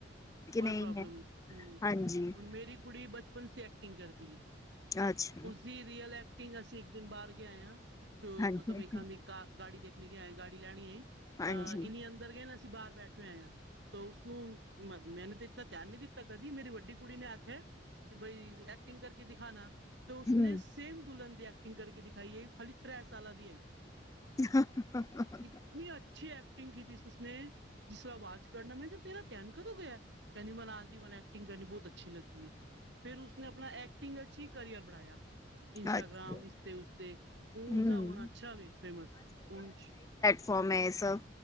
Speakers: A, on the right; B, on the left.
A: ਕੋਈ
B: ਇਹੀ
A: ਪ੍ਰੋਬਲਮ
B: ਹੈ
A: ਨੀ ਹੂੰ
B: ਹਾਂਜੀ
A: ਹੁਣ ਮੇਰੀ ਕੁੜੀ ਬ <unintelligible> ਐਕਟਿੰਗ ਕਰਦੀ ਐ।
B: ਅੱਛਾ,
A: ਜੀ ਰੀਅਲ ਐਕਟਿੰਗ ਅਸੀਂ ਇੱਕ ਦਿਨ ਬਾਰ ਗਏ ਆ, ਅ
B: ਹਾਂਜੀ
A: ਮਤਲਬ ਇਹਾਂ ਦੀ ਗਾੜੀ ਦੇਖਣੀ ਗੇ ਆਏ ਗਾੜੀ ਲੈਣੀ ਏ,
B: ਹਾਂਜੀ
A: ਇੰਨੀ ਅੰਦਰ ਗਏ ਨਾ ਅਸੀਂ ਬਾਹਰ ਬੈਠੇ ਹੋਏ ਆ। ਤਾਂ ਉਸਨੂੰ ਮੈਨੂੰ ਤਾਂ ਇਨਾ ਧਿਆਨ ਨੀ ਦਿੱਤਾ ਕਦੀ ਮੇਰੀ ਵੱਡੀ ਕੁੜੀ ਨੇ ਆਖਿਆ ਕਿ ਬਾਈ ਐਕਟਿੰਗ ਕਰਕੇ ਦਿਖਾਣਾ। ਤਾਂ ਉਸਨੇ
B: ਹਮ
A: ਸੇਮ ਦੁਲਹਨ ਦੀ ਐਕਟਿੰਗ ਕਰਕੇ ਦਿਖਾਈ ਐ ਖਾਲੀ ਤ੍ਰੈ ਸਾਲਾਂ ਦੀ ਐ।
B: <inaudible>
A: ਇੰਨੀ ਅੱਛੀ ਐਕਟਿੰਗ ਕੀਤੀ ਸੀ ਉਸਨੇ ਜਿਸ ਤਰਾ ਆਵਾਜ਼ ਕਰਨਾ ਮੈਂ ਕਿਹਾ ਤੇਰਾ ਧਿਆਨ ਕਦੋਂ ਗਿਆ। ਕਹਿੰਦੀ ਮਨਾਜ ਦੀ ਮਨ ਐਕਟਿੰਗ ਕਰਨੀ ਬਹੁਤ ਅੱਛੀ ਲੱਗਦੀ ਐ ਫੇਰ ਉਸਨ ਆਪਣਾ ਐਕਟਿੰਗ ਅੱਛੀ ਕਰੀਅਰ ਬਣਾਇਆ। ਇੰਸਟਾਗ੍ਰਾਮ
B: ਅੱਛਾ
A: ਇਸਤੇ ਉਸਤੇ, ਊਦਾ
B: ਹਮ
A: ਹੁਣ ਅੱਛਾ ਵੀ ਫੇਮਸ ਹੁਣ
B: ਫੋਮ ਐ ਇਹ ਸਭ,